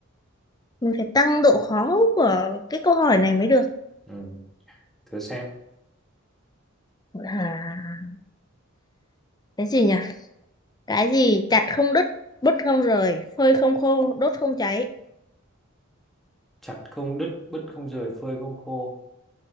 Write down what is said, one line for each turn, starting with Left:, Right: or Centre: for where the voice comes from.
Left: mình phải tăng độ khó của cái câu hỏi này mới được.
Centre: Ừ. thử xem
Left: À, cái gì nhỉ? Cái gì chặt không đứt, bứt không rời, phơi không khô, đốt không cháy,
Centre: chặt không đứt bứt không rời phơi không khô